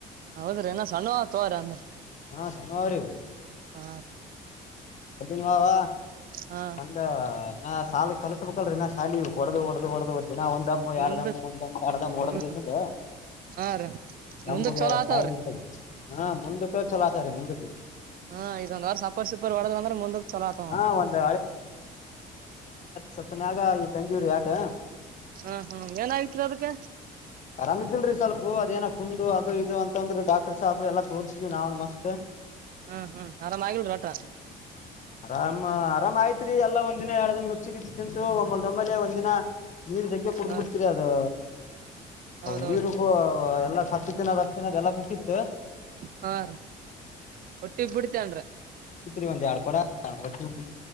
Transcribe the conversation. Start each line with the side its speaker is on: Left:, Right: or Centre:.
Right: ಹೌದ್ರಿ ಏನ ಸಣ್ಣ ತೋರಿ ಅಂದ್ರ
Left: ಹಾ ಸಣ್ಣವ ಅವ್ರಿ ಇವು
Right: ಹಾ
Left: ವ ವ
Right: ಹಾ
Left: ಒಂದ ಹಾ ಸಾಲ ಕ ಲ್ರಿ ನಾ ಶಾಲಿ ಕೊಡ ಒಡ ಒಡದ ದಿನ ಒಂದಮ್ಮು ಎರಡ
Right: ಮುಂದಕ್
Left: ದಮ್ಮು ಒಂದ್ಮ್ಮ ಎರಡ ದಮ್ಮು
Right: ಹ್ಮ್
Left: ಡದ ಗೀಸಂದು
Right: ಹಾ ರೀ
Left: ದಮ್ಮಗೆ
Right: ಮುಂದಕ್ ಚಲೋ ಆತವ್ರಿ
Left: ಕಾಯಿ ಹಾ ಮುಂದಕ್ಕೆ ಚಲೋ ಆಗತಾವರಿ ಮುಂದಕ್ಕೆ
Right: ಹ್ಮ ಇದೊಂದ್ ವರ್ಷ ಸಪ್ಪರ್ ಸಪ್ಪರ್ ಹೊಡದ ಅಂದ್ರೆ ಮುಂದಕ್ ಚಲೋ ಆತ ನೋಡ್ರಿ
Left: ಹಾ ಒಂದ್ ಸತ್ ನಾಗ ಇವ ತಂಜೂರಿ ಆಟ
Right: ಹ್ಮ್ ಹ್ಮ್ ಏನಾಗಿತ್ರಿ ಅದಕ್ಕೆ
Left: ಆರಾಮ ಇದಿಲ್ರಿ ಸ್ವಲ್ಪ ಅದೇನ ಕುಂದು ಅದು ಇ ಇದು ಅಂತಂದ್ರೆ ಡಾಕ್ಟರ್ ಸಾಪು ಎಲ್ಲ ತೋರಿಸಿದ್ವಿ ನಾವವುನು ಮಸ್ತ್
Right: ಹ್ಮ್ ಹ್ಮ್ ಆರಾಮ್ ಆಗಲ ವಟ
Left: ಆರಾಮ್ ಆರಾಮ ಆಯತ್ರಿ ಎಲ್ಲಾ ಒಂದದಿನ ಎರಡ್ ದಿನ ನುಚ್ ಕಿಚ್ಚ ತಿಂತು ಒಮ್ಮಲ್ ಒಂಬಲೆ ಒಂದದಿನ ನೀರು ತಗ್ಗೆ ಕುಡ್ದ
Right: ಹಾ
Left: ಬಿಡ್ತೀರಿ ಅದು
Right: ಹೌದೌದು
Left: ನೀರಿಗೂ ಎಲ್ಲಾ ಸ ಜಾಪುಟ್ಟಿ <unintelligible>
Right: ಹಾ ರೀ ಒಟ್ಟು ಇ ಬಿಡ್ತೇನ್ರ
Left: ಇರಿ ಒಂದು ಯಡ ಕೋಡಾ ಹಾ ಬಿ